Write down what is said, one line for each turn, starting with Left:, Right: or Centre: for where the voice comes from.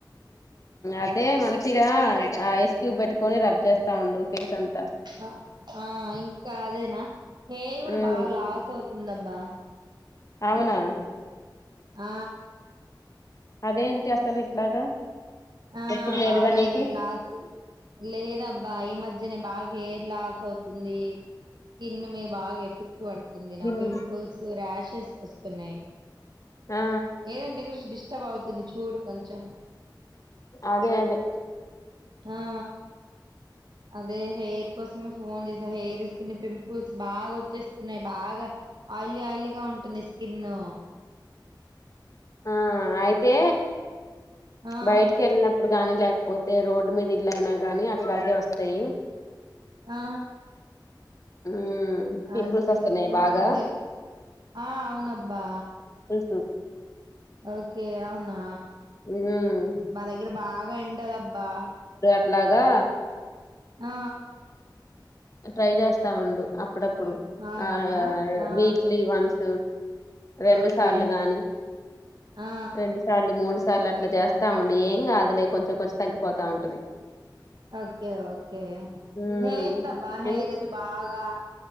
Left: అదే మన్ చిగా ఐస్ క్యూబ్ పెట్టుకొని రబ్ చేస్తా ఉండు ఫేస్ అంన్
Right: ఆ ఆ ఇంకా అదేనా హెయిర్ కూడ
Left: ఉమ్
Right: బాగా లాస్ అవుత్ తుందిబ్బా
Left: అవునా
Right: ఆ
Left: అదేంటి అసలు ఇట్లాగా
Right: ఆ
Left: ఎప్పుడు లేదుగా
Right: బాగా
Left: నీకు
Right: హెయిర్ లాస్ లేదబ్బా ఈ మధ్యనే బాగా హెయిర్ లాస్ అవుతుంది స్కిన్ మీ బాగ్ ఎఫీ క్ట్ పడుతుంది నాకు
Left: దిన్ను
Right: పింపుల్స్ ర్యాషెస్ వస్తున్నాయి
Left: ఆ
Right: ఏదంటే డిస్టర్బ్ అవుతుంది చూడు కొంచెం
Left: అదే అదే
Right: ఆ అదే హెయిర్ కోసమే ఫోన్ చేసా హెయిర్ స్కిన్ పింపుల్స్ బాగా త్ చె స్ స్తున్నాయి బాగా ఆయిలీ ఆయిలీగా ఉంటుంది స్ స్కిన్ను
Left: ఆ అయితే
Right: ఆ
Left: బయటికి వెళ్ళినప్పుడు గాని లేకపోతే రోడ్డు మీద ఇల్లు అయినా గాని అట్లాగే వస్తయి
Right: ఆ.. హా
Left: ఉమ్ పింపుల్స్
Right: అదే
Left: వస్తున్నాయి
Right: ఏమన్నా
Left: బాగా
Right: నీకు తెలి ఆ అవునబ్బా
Left: హు
Right: ఓకే అవునా
Left: ఉమ్
Right: మా దగ్గర బాగా ఎండాలు అబ్బా
Left: ఎట్లాగా
Right: ఆ
Left: ట్రై చేస్తా ఉండు అప్పుడప్పుడు పుడు
Right: అవునా
Left: ఆ
Right: ఆ
Left: వీక్లీ వన్స్ రెండు రెండు
Right: ఓకే
Left: సార్లు కాని
Right: ఆ
Left: రెండు సార్లు మూడు మూడు సార్లు అట్లా చేస్తా ఉండి ఏం కాదులే కొంచెం కొంచెం తగ్గిపోతా ఉంటది
Right: ఓకే ఓకే
Left: ఉమ్
Right: హెయిర్ దబ్బా హెయిర్
Left: ఎందు
Right: అయితే బాగా